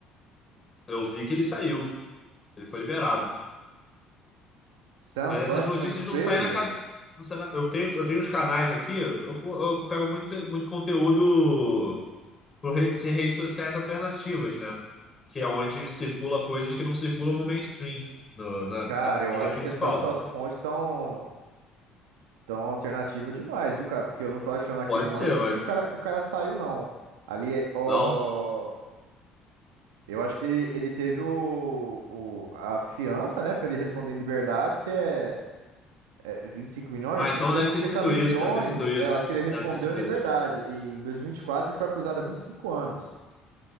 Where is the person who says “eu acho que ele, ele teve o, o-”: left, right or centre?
Right